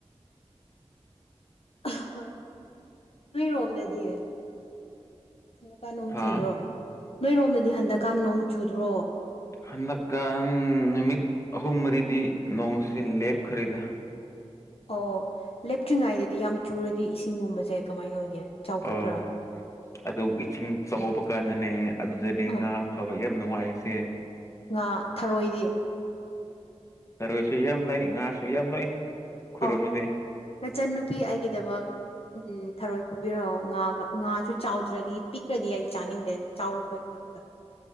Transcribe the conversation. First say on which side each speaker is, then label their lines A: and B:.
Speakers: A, on the left; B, on the left.
A: ꯑꯥ ꯍꯣꯏ ꯅꯣꯏꯔꯣꯝꯗꯗꯤ ꯍꯟꯗꯛꯀꯥꯟ ꯅꯣꯡ
B: ꯍꯥ
A: ꯆꯨꯗ꯭ꯔꯣ ꯅꯣꯏꯔꯣꯝꯗꯗꯤ ꯍꯟꯗꯛꯀꯥꯟ ꯅꯣꯡ ꯆꯨꯗ꯭ꯔꯣ
B: ꯍꯟꯗꯛꯀꯥꯟ ꯅꯨꯃꯤꯠ ꯑꯍꯨꯝ ꯃꯔꯤꯗꯤ ꯅꯣꯡꯁꯤ ꯂꯦꯞꯈ꯭ꯔꯦꯗ
A: ꯑꯣ ꯂꯦꯞꯇ꯭ꯔꯤꯉꯩꯗꯗꯤ ꯌꯥꯝ ꯆꯨꯔꯗꯤ ꯏꯁꯤꯡꯒꯨꯝꯕꯁꯦ ꯀꯃꯥꯏꯅ ꯑꯣꯏꯒꯦ ꯆꯥꯎꯈꯠꯄ꯭ꯔꯥ
B: ꯑꯥ ꯑꯗꯨ ꯏꯁꯤꯡ ꯆꯥꯎꯕ ꯀꯥꯟꯗꯅꯦ ꯑꯗꯨꯗꯥꯗꯤ
A: ꯑꯥ
B: ꯉꯥ ꯐꯥꯕ ꯌꯥꯝ ꯅꯨꯡꯉꯥꯏꯁꯦ
A: ꯉꯥ ꯊꯥꯔꯣꯏꯗꯤ
B: ꯊꯥꯔꯣꯏ ꯁꯨ ꯌꯝ ꯂꯩ ꯉꯥ ꯁꯨ ꯌꯥꯝ ꯂꯩ ꯑꯩꯈꯣꯏꯔꯣꯝꯗꯗꯤ
A: ꯑꯣ ꯅꯆꯟ ꯅꯨꯨꯄꯤ ꯑꯩꯒꯤꯗꯃꯛ ꯎꯝ ꯊꯥꯔꯣꯏ ꯄꯨꯕꯤꯔꯛꯑꯣ ꯉꯥꯒ ꯉꯥꯁꯨ ꯆꯥꯎꯗ꯭ꯔꯗꯤ ꯄꯤꯛꯈ꯭ꯔꯗꯤ ꯑꯩ ꯆꯥꯅꯤꯡꯗꯦ ꯆꯥꯎꯕ ꯈꯣꯏ ꯉꯥꯛꯇꯥ